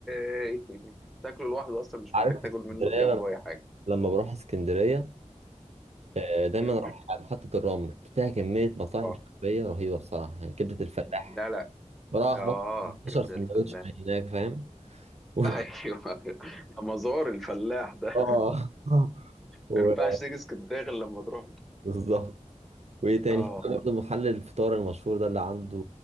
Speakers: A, in the centre; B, on the right.
A: <laughs> تاكله لوحده اصلا مش
B: عارف
A: محتاج
B: في
A: تاكل
B: اسكندريه
A: منه جنبه
B: لما
A: اي حاجة
B: لما بروح اسكندريه آه، دايما
A: <coughs>
B: اروح على محطه الرمل فيها كميه مطاعم
A: اه
B: شعبيه رهيبه بصراحه يعني كبده الفلاح
A: لا لا
B: بروح اخبط
A: اه
B: 15
A: كبدة
B: سندوتش
A: الفلاح
B: من هناك فاهم <laughs>
A: <laughs>
B: و-
A: ايوه أيوة. ده مزار الفلاح ده
B: اه <laughs> و-
A: ما ينفعش تيجي اسكندريه غير لما تروح
B: بالظبط وايه تاني
A: اه
B: في برضه محل الفطار المشهور ده اللي عنده